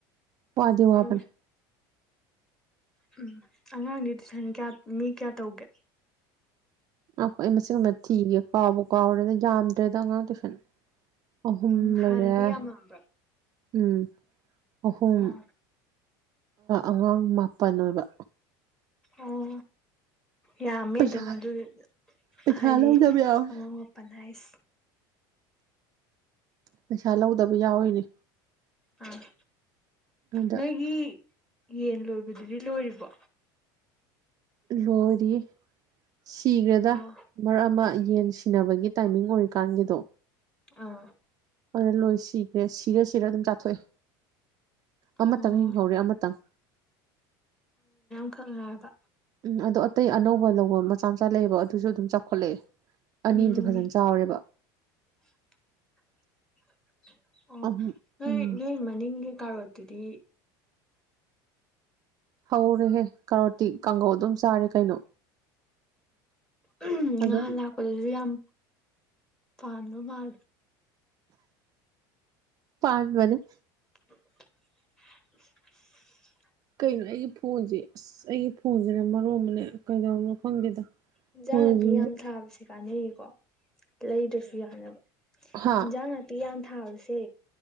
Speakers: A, on the right; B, in the centre.
A: ꯄꯗꯑꯣꯅꯤ
B: ꯎꯝ ꯎꯝ ꯑꯉꯥꯡꯗꯤ ꯇꯨꯏꯁꯟ ꯀꯌꯥ ꯃꯤ ꯀꯌꯥ ꯇꯧꯒꯦ
A: ꯑꯥꯈꯣꯏ ꯑꯩ ꯃꯁꯤꯡ ꯑꯃ ꯊꯤꯒꯦ ꯀꯥꯎꯕ ꯀꯥꯎꯔꯦꯗ ꯌꯥꯝꯗ꯭ꯔꯦꯗ ꯑꯉꯥꯡ ꯇꯨꯏꯁꯟ ꯑꯍꯨꯝ
B: ꯎꯝ ꯍꯥꯟꯅꯗꯤ
A: ꯂꯩꯔꯦ
B: ꯌꯥꯝꯃꯝꯕ
A: ꯎꯝ ꯑꯍꯨꯝ
B: ꯑꯥ
A: ꯑꯉꯥꯡ ꯃꯥ ꯄꯟ ꯑꯣꯏꯕ
B: ꯑꯣ ꯌꯥꯝꯃꯦ
A: ꯄꯩꯁꯥ
B: ꯑꯗꯨꯝ ꯑꯗꯨ
A: ꯄꯩꯁꯥ
B: ꯍꯥꯏꯗꯤ
A: ꯂꯧꯗꯕ ꯌꯥꯎꯋꯦ
B: ꯑꯉꯥꯡ ꯃꯄꯟ ꯍꯥꯏꯁ
A: ꯄꯩꯁꯥ ꯂꯧꯗꯕ ꯌꯥꯎꯔꯤꯅꯤ
B: ꯑꯥ
A: ꯑꯗ
B: ꯅꯣꯏꯒꯤ ꯌꯦꯟ ꯂꯣꯏꯕꯗꯨꯗꯤ ꯂꯣꯏꯔꯤꯕꯣ
A: ꯂꯣꯏꯔꯤ ꯁꯤꯈ꯭ꯔꯦꯗ
B: ꯑꯥ
A: ꯃꯔꯛ ꯑꯃ ꯌꯦꯟꯁꯤ ꯊꯤꯅꯕꯒꯤ ꯇꯥꯏꯃꯤꯡ ꯑꯣꯏꯔꯤꯀꯥꯟꯒꯤꯗꯣ
B: ꯑꯥ
A: ꯑꯣꯗ ꯂꯣꯏ ꯁꯤꯈ꯭ꯔꯦ ꯁꯤꯔ ꯁꯤꯔ ꯑꯗꯨꯝ ꯆꯥꯊꯣꯛꯑꯦ ꯑꯃꯇꯪ
B: ꯑꯣ
A: ꯍꯤꯡꯍꯧꯔꯦ ꯑꯃꯇꯪ
B: ꯈꯪꯉꯗ
A: ꯎꯝ ꯑꯗꯣ ꯑꯇꯩ ꯑꯅꯧꯕ ꯂꯧꯕ ꯃꯆꯥ ꯃꯆꯥ ꯂꯩꯌꯦꯕ ꯑꯗꯨꯁꯨ ꯑꯗꯨꯝ ꯆꯥꯎꯈꯠꯂꯛꯑꯦ ꯑꯅꯤ
B: ꯎꯝ
A: ꯑꯝꯇ ꯐꯖꯅ ꯆꯥꯎꯔꯦꯕ
B: <unintelligible> ꯑꯣ
A: ꯑꯍꯨꯝ
B: ꯅꯣꯏ
A: ꯎꯝ
B: ꯂꯩꯃꯅꯤꯡ ꯇꯥꯔꯠꯇꯗꯤ
A: ꯍꯧꯔꯦꯍꯦ ꯀꯔꯇꯤ ꯀꯥꯡꯒꯧ ꯑꯗꯨꯝ ꯆꯥꯔꯦ ꯀꯩꯅꯣ
B: ꯑꯣ
A: ꯑꯗꯨꯝ
B: ꯍꯂ ꯀ ꯑꯗꯨ ꯌꯥꯝ ꯐꯥꯥꯟꯅꯣ ꯃꯥꯜ
A: ꯄꯥꯁꯕꯅꯦꯦ
B: <unintelligible>
A: ꯀꯩꯅꯣ ꯑꯩꯒꯤ ꯐꯣꯟꯁꯦ ꯑꯁ ꯑꯩꯒꯤ ꯐꯣꯟꯁꯤꯅ ꯃꯔꯣ ꯑꯃꯅꯦ ꯀꯩꯗꯅꯣ ꯐꯪꯗꯦꯗ
B: ꯏꯟꯖꯥꯡ
A: ꯐꯣꯟꯁꯤ
B: ꯅꯥꯄꯤ ꯌꯥꯝ ꯊꯥꯕꯁꯦ ꯀꯥꯟꯅꯩꯌꯦꯀꯣ ꯂꯩꯗ꯭ꯔꯁꯨ ꯌꯥꯅꯕ
A: ꯍꯥ
B: ꯍꯤꯟꯖꯥꯡ ꯅꯥꯇꯤ ꯌꯥꯝ ꯊꯥꯥꯎꯁꯦ